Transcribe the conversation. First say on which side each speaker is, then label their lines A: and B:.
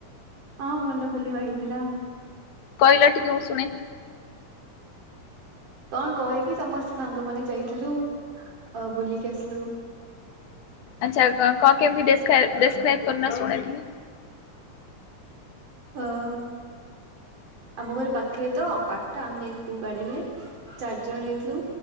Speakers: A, on the right; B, on the left.
A: ହଁ ଭଲ ବୁଲିବା ହେଇଥିଲା। ମୁଁ
B: କହିଲ ଟିକେ ଓ ଶୁଣେ।
A: କଣ କହିବି? ସମସ୍ତେ ସାଙ୍ଗମାନେ ଯାଇଥିଲୁ। ଅ ବୁଲିକି ଆସିଲୁ।
B: ଆଛା କ-କ-କେମତି ଡେସ କ୍ରାଇବ ଡେସ୍କ୍ରାଇବ କଲୁ ନା ଶୁଣେଟିକେ।
A: ହଁ। ଆମ ଘରେ ପାଖରେ ତ, ପାଖଟା ଆମେ ଯାଇତୁ ଗାଡିରେ ଚାରି ଜଣ ଯାଇଥିଲୁ।